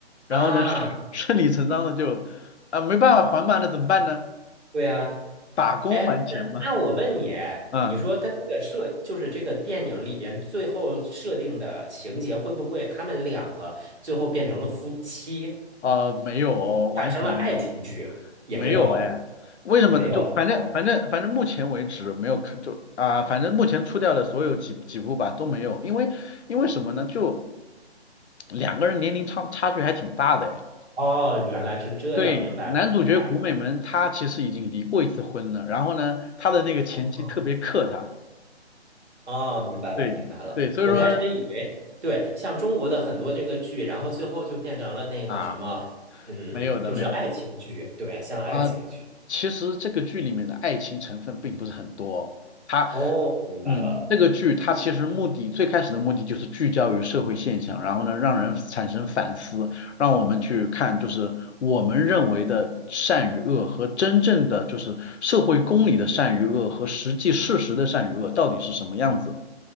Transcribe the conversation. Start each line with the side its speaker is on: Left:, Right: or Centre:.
Right: 啊，
Left: 然后呢顺顺理成章的就啊、没办法还嘛，那怎么办呢？
Right: 对呀、
Left: 打工还钱嘛，
Right: 哎，那那我问你，
Left: 嗯。
Right: 你说他这个设，就是这个电影里边最后设定的情节，会不会他们两个最后变成了夫妻，
Left: 呃，没有哦，完全没有，
Right: 产生了爱情剧？也没有，
Left: 没有哎，为什么呢？
Right: 没有。
Left: 就反正反正反正目前为止没有看，
Right: 哦，
Left: 就啊、反正目前出掉的所有几几部吧都没有，因为因为什么呢？就两个人年龄差差距还挺大的哎。
Right: 哦，原来是这样，
Left: 对，
Right: 明白了，
Left: 男主角古美门他其实已经离过一次婚了，
Right: 明白了。
Left: 然后呢，他的那个前妻特别克他，
Right: 哦，哦，明白了，
Left: 对对，
Right: 明白了。
Left: 所以说
Right: 我开始以为，对，像中国的很多这个剧，然后最后就变成了那个什么，
Left: 啊，
Right: 嗯，
Left: 没有的，
Right: 就是爱情剧，
Left: 没有的
Right: 对，像爱情剧。
Left: 啊。其实这个剧里面的爱情成分并不是很多哦，他。
Right: 哦，明白了。
Left: 嗯，这个剧它其实目的最开始的目的就是聚焦于社会现象，然后呢，让人产生反思，让我们去看就是我们认为的善与恶和真正的就是社会公理的善与恶和实际事实的善与恶到底是什么样子，